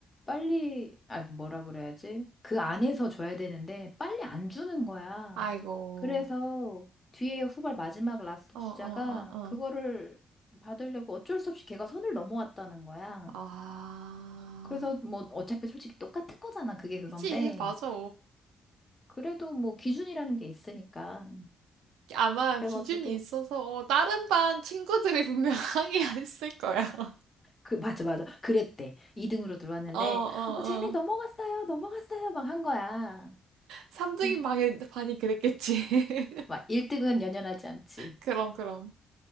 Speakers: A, on the left; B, on the right.
A: 빨리, 아, 뭐라 그래야지? 그 안에서 줘야 되는데 빨리 안 주는 거야.
B: 아이고.
A: 그래서 뒤에 후발 마지막 라스트
B: 어,
A: 주자가
B: 어, 어, 어.
A: 그거를 받으려고 어쩔 수 없이 걔가 선을 넘어왔다는 거야.
B: 아.
A: 그래서 뭐 어차피 솔직히 똑같은 거잖아. 그게 그건데.
B: 그치, 맞아.
A: 그래도 뭐 기준이라는 게 있으니까.
B: 아마
A: 그래가지고.
B: 기준이 있어서, 어, 다른 반 친구들이 분명 항의했을 거야. <laughs>
A: 그, 맞아, 맞아. 그랬대. 2등으로 들어왔는데,
B: 어, 어,
A: 어, 쟤네
B: 어.
A: 넘어갔어요, 넘어갔어요, 막 한 거야.
B: 3등인
A: 그,
B: 반이, 반이 그랬겠지. <laughs>
A: 막 1등은 연연하지 않지.
B: 그럼, 그럼.